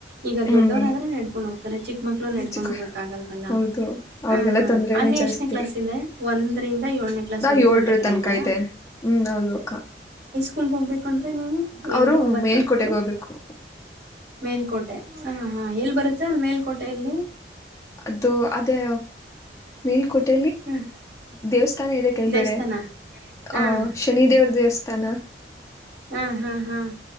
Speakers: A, on the right; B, on the left.
A: ಈಗ
B: ಹ್ಮ್
A: ದೊಡ್ಡವರಾದ್ರೆ ನೆಡ್ಕೊಂಡ್ ಹೋಗ್ತಾರೆ ಚಿಕ್ಕ ಮಕ್ಳೂ ನೆಡ್ಕೊಂಡ್
B: ಹೆಚ್ಚು
A: ಹೋಗ್ಕ್ ಆಗಲ್ವಲ್ಲ
B: ಹೌದು
A: ಹಾ
B: ಅವ್ರಿಗೆಲ್ಲ
A: ಹಾ
B: ತೊಂದ್ರೆನೇ
A: ಅಲ್ಲಿ
B: ಜಾಸ್ತಿ
A: ಎಷ್ಟನೇ ಕ್ಲಾಸ್ ಇದೆ. ಒಂದರಿಂದ. ನ ಕ್ಾಗ
B: ದಾ ಏಳ್ರ
A: ಒಂದ ಕಡೆ
B: ತನಕ
A: ಇದ.
B: ಇದೆ ಹ್ಮ್ ಹೌದು ಅಕ್ಕ
A: ಕೂಲ್ ಹೋಗ್ಬೇಕಂತ. ನೀ ಎಂಟು
B: ಅವರು
A: ಒತ್ತು
B: ಮೇಲ್ಕೋಟೆಗೆ
A: ಹತ್ತು
B: ಹೋಗ್ಬೇಕು
A: ಮೇಲ್ಕೋಟೆ ಹ ಹ ಎಲ್ಲಿ ಬರುತ್ತೆ ಅಲ್ಲಿ ಮೇಲ್ಕೋಟೆ. ಲ್ಲಿ.
B: ಅದು ಅದೇ ಮೇಲ್ ಕೊಟ್ಟ
A: ಹ್ಮ್.
B: ದೇವಸ್ಥಾನ ಇದೆ ಕೆಳಗಡೆ
A: ದೇವಸ್ಥಾನ? ಹಾಂ,
B: ಆ ಶನಿಿದೇವ್ರ ದೇವಸ್ಥಾನ
A: ಹ್ಮ್ ಹ್ಮ್ ಹ್ಮ್